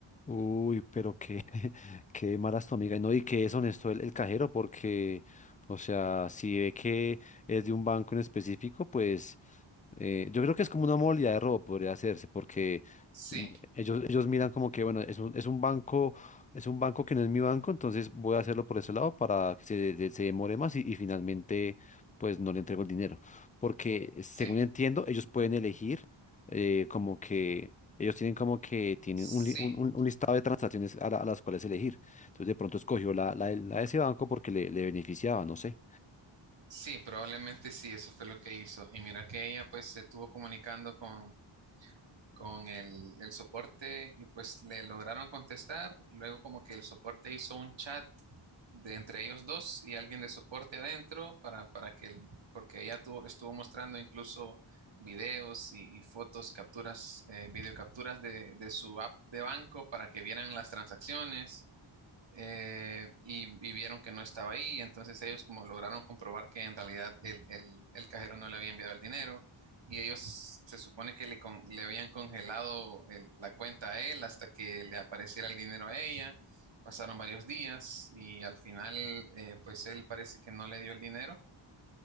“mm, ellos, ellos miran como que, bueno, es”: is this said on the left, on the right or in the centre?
Left